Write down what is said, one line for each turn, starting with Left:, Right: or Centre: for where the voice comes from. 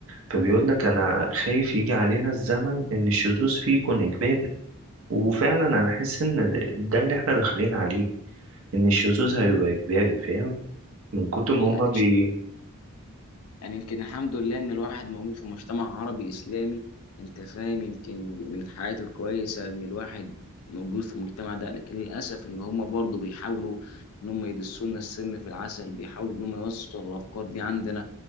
Right: فبيقول لك انا خايف يجي علينا الزمن ان الشذوذ فيه يكون اجباري وفعلا انا حاسس ان ده, ده اللي احنا داخلين عليه ان الشذوذ هيبقى اجباري فاهم من كتر ما هم
Left: اديك
Right: بي
Left: يعني يمكن الحمد لله ان الواحد موجود في مجتمع عربي اسلامي انت فاهم يمكن من الحياة الكويسة ان الواحد موجود في المجتمع ده لكن للاسف ان هم برضه بيحاولوا ان هم يدسوا لنا السم في العسل بيحاولوا ان هم يوصلوا الافكار دي عندنا